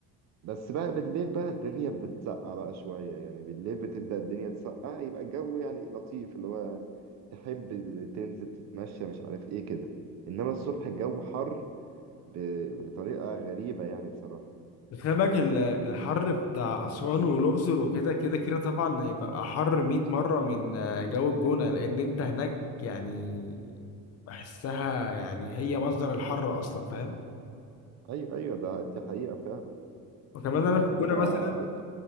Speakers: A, on the right (about 45°); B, on the left (about 40°).
A: بس بقى بالليل بقى الدنيا بتسقع بقى شوية يعني بالليل بتبدأ الدنيا تسقع يبقى الجو يعني لطيف اللي هو تحب تنزل تتمشى مش عارف ايه كده انما الصبح الجو حر ب... بطريقة غريبة يعني بصراحة
B: بس خلي بالك ال- الحر بتاع أسوان والأقصر وكده كده كده طبعا هيبقى حر 100 مرة من آه، جو الجونة لأن أنت هناك يعني بحسها يعني هي مصدر الحر أصلا فاهم
A: ايوه ايوه ده دي حقيقة فعلا
B: وكمان
A: آه،
B: أنا في
A: هما
B: الجونة مثلا
A: ع-